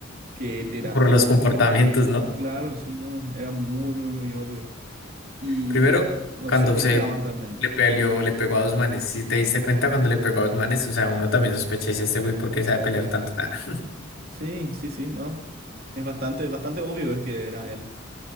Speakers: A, on the right (about 50°); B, on the left (about 85°).
A: que él
B: <laughs>
A: era.
B: Por los comportamientos, ¿no?
A: Claro, sí, no, era muy, muy, muy obvio. Y
B: Primero,
A: no
B: cuando
A: sé qué
B: se
A: esperaban realmente.
B: le peleó, le pegó a dos manes. Si te diste cuenta cuando le pegó a dos manes, o sea, uno también sospecha, dice este güey, ¿por qué sabe pelear tanto? <laughs> Ah.
A: Sí, sí, sí, no. Es bastante, bastante obvio es que era él